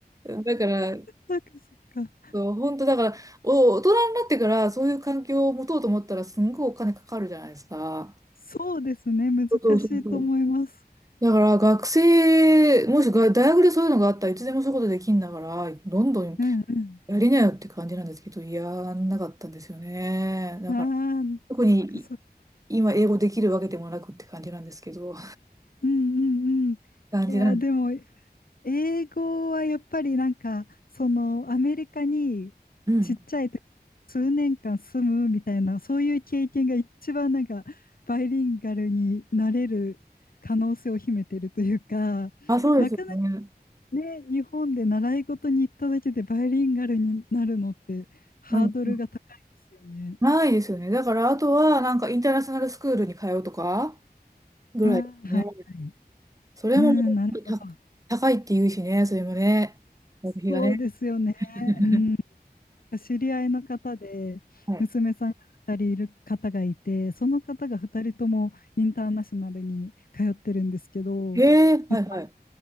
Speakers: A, on the right; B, on the left.
A: だから、
B: そっかそっか。
A: そう、本当だから、お、大人になってからそういう環境を持とうと思ったら、すんごいお金かかるじゃないですか。
B: そうですね。難しいと思います。
A: そうそうそうそう。だから学生、もしが大学でそういうのがあったらいつでもそういうことできんだから、どんどん
B: うんう
A: やりなよって感じなんですけど、やんなかったんですよね。だから
B: ん。ああ、
A: 特に
B: そっかそっか。
A: 今英語できるわけでもなくって感じなんですけど、
B: うんうんうん。いやー、
A: 感じなん、
B: でも英語はやっぱりなんか、そのアメリカにちっちゃい時に数年間住むみたいな、
A: うん。
B: そういう経験が一番なんかバイリンガルになれる可能性を秘めてるというか、<laughs>
A: あ、そうですよね。
B: なかなかね、日本で習い事に行っただけでバイリンガルになるのってハードルが高いですよね。
A: うん。うんないですよね。だから、あとは、なんか、インターナショナルスクールに通うとか、ぐらいですね。
B: ああ、はい、はい。
A: それも、
B: うん、なるほど。
A: た、高いって言うしね、それもね。学費がね。
B: そうですよね。
A: <laughs>
B: うんなんか知り合いの方で、
A: はい。
B: 娘さんが2人いる方がいて、その方が2人ともインターナショナルに通ってるんですけど、
A: へえ、はいはい。
B: やっぱ